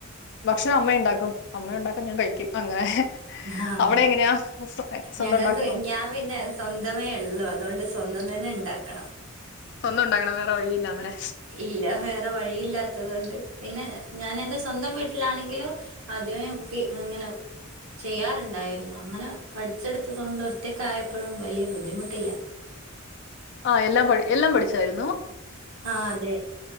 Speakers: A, on the left; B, on the right.
A: ഭക്ഷണം അമ്മയുണ്ടാക്കും അമ്മ ഉണ്ടാക്കാൻ ഞാൻ കഴിക്കും അങ്ങനെ.
B: ആഹ്
A: അവിടെ എങ്ങനെയാ സ്വന്തം
B: ഞങ്ങക്ക്
A: ഉണ്ടാക്കുവോ
B: ഞാം പിന്നെ സ്വന്തമേ ഉള്ളൂ അതുകൊണ്ട് സ്വന്തം തന്നെ ണ്ടാക്കണം.
A: സ്വന്തം ഉണ്ടാക്കണം വേറെ വഴിയില്ലാന്ന്‌ല്ലെ
B: ഇല്ല വേറെ വഴിയില്ലാത്തത് കൊണ്ട് പിന്നെ ഞാനെന്റെ സ്വന്തം വീട്ടിലാണെങ്കിലും. ആദ്യവേ കുക്കി അങ്ങനെ. ചെയ്യാറുണ്ടായിരുന്നു അങ്ങനെ പഠിച്ചെടുത്തത് കൊണ്ട് ഒറ്റക്കാ യപ്പഴും വലിയ ബുദ്ധിമുട്ടില്ല.
A: ആഹ് എല്ലാം പട് എല്ലാം പഠിച്ചതായിരുന്നോ?
B: ആഹ് അതെ